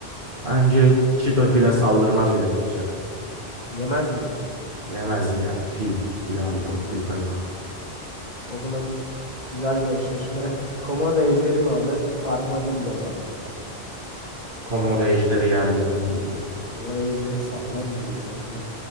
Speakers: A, on the right; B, on the left.
A: Bence çita file saldırmaz bile görse.
B: Yemez mi diyorsun?
A: Yemez ya. Fil. Fil
B: Fil
A: abi çok
B: dedik.
A: büyük hayvan.
B: O zaman güzel bir eşleşme. <laughs> Komodo ejderi mi alır, armadillo mu alır?
A: Komodo ejderi yer ya armadillo.
B: Komodo ejderi sağlam gidiyor şu anda.